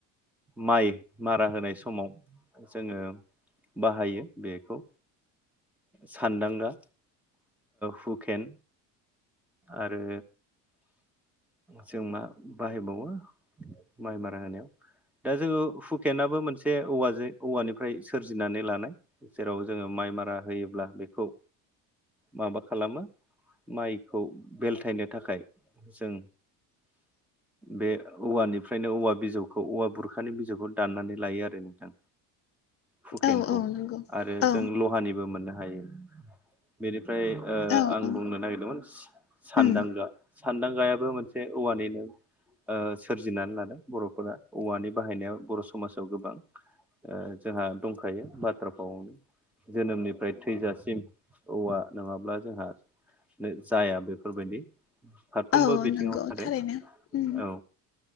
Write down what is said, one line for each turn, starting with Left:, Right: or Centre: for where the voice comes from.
Centre: माइ मारा होनाय समाव जोङो बाहायो बेखौ सानदांगा। हुकेन आरो जों मा बाहायबावो माइ मारा होनायाव दा जोङो हुकेनाबो मोनसे औवाजों औवानिफ्राय सोरजिनानै लानाय। जेराव जोङो माइ मारा होयोब्ला बेखौ माबा खालामो माइखौ बेलथायनो थाखाय जों बे औवानिफ्रायनो औवा बिजौखौ औवा बुरखानि बिजौखौ दनानै लायो आरो नोंथां हुखेनखौ
Left: औ औ नंगौ
Centre: आरो
Left: औ
Centre: जों लहानिबो मोननो हायो। बेनिफ्राय ओ
Left: औ
Centre: आं
Left: औ
Centre: बुंनो नागिरदोंमोन सानदांगा
Left: उम
Centre: सानदांगायाबो मोनसे औवानिनो ओ सोरजिनानै लादों बर'फोरा औवानि बाहायनाय बर' समाजाव गोबां ओ जोंहा दंखायो बाथ्रा फावावनो जोनोमनिफ्राय थैजासिम औवा नङाब्ला जोंहा नो जाया बेफोरबायदि फारफ्रोमबो
Left: औ
Centre: बिथिङाव
Left: नंगौ
Centre: आरो
Left: थारैनो उम
Centre: औ।